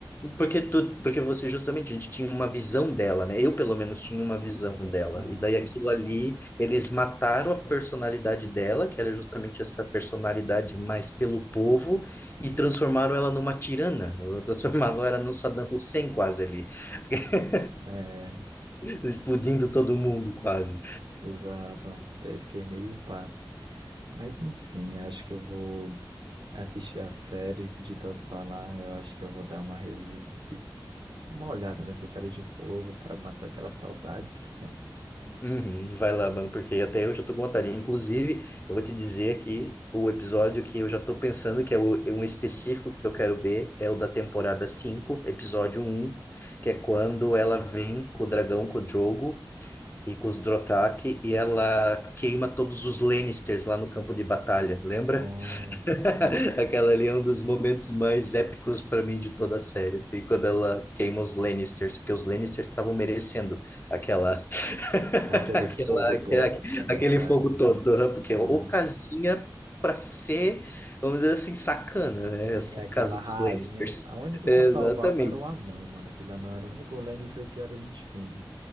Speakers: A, on the left; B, on the right.
A: Porque tu, porque você justamente, a gente tinha uma visão dela, né? Eu, pelo menos, tinha uma visão dela.
B: Ah,
A: E daí aquilo ali, eles mataram a personalidade dela, que era justamente essa personalidade mais pelo povo, e
B: uhum.
A: transformaram ela numa tirana. Transformaram ela num Saddam Hussein quase ali, <laughs>
B: É,
A: explodindo todo mundo quase.
B: exato. Daí eu fiquei meio pá. Mas enfim, acho que eu vou. Assistir a série de tanto falar, eu acho que eu vou dar uma, revi- uma olhada nessa série de novo pra matar aquelas saudades.
A: Uhum, vai lá, mano, porque até eu já tô com vontade. Inclusive, eu vou te dizer aqui o episódio que eu já tô pensando que é o- é um específico que eu quero ver é o da temporada 5 episódio um que é quando ela vem com o dragão, com o Drogo e com os Dothraki e ela queima todos os Lannisters lá no campo de batalha, lembra?
B: <laughs> Nossa,
A: <laughs>
B: sim.
A: Aquela ali é um dos momentos mais épicos para mim de toda a série, assim, quando ela queima os Lannisters, porque os Lannisters estavam merecendo aquela
B: Aquele
A: Aquela-
B: fogo
A: aquela-
B: todo, é verdade.
A: aquele fogo todo, né? porque
B: Aham.
A: ocasião para ser, vamos dizer assim, sacana, né?
B: Sim,
A: Essa
B: aquela
A: casa
B: rainha.
A: dos Lakers.
B: A único
A: Exatamente,
B: que salvava era o anão, mano. Aquele anão era o único Lannister que era gente fina.